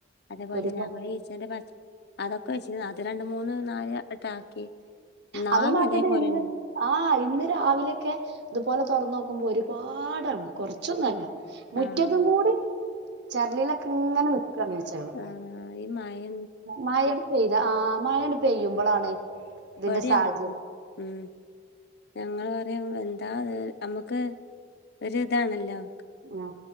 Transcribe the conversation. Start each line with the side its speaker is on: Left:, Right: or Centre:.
Left: അതേപോലെത്തന്നെ
Right: ഒരുപാ
Left: ഞമ്മ ഈച്ചന്റെ അതൊക്കെ വെച്ച് അത് രണ്ട് മൂന്ന് നാല് അങ്ങട്ടാക്കി ഇന്നാലും
Right: അതൊന്നും ആക്കിട്ട്
Left: അതേപോലെന്നെ
Right: ഇന്ന് ആഹ് ഇന്ന് രാവിലെയൊക്കെ ഇതുപോലെ തുറന്ന് നോക്കുമ്പോ ഒരുപാടാണ് കൊറച്ചൊന്നുല്ല മുറ്റത്തും
Left: ആഹ്
Right: കൂടി ചെരലിലൊക്കെ ഇങ്ങനെ നിക്കാണ് ഈച്ചകള്
Left: ആ ഈ മയെ
Right: മഴങ്ങട് പെയ്യുമ്പോളാണ് ഇതിന്റെ
Left: ഇബടെം
Right: സാഹചര്യം
Left: അങ്ങനെത്തന്നെ ഞങ്ങളറയും എന്താ അത് അമ്മക്ക് ഒരുരിതാണല്ലോ
Right: ആ